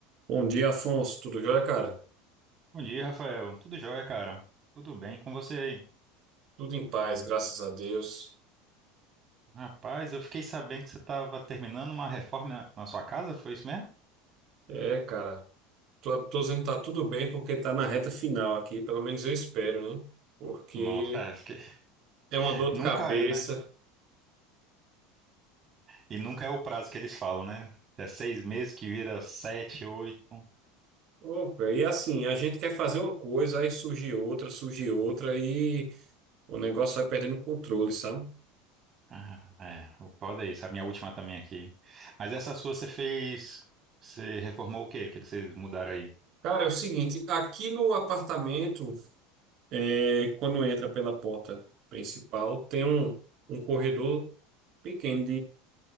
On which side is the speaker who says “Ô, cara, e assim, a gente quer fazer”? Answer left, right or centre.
Right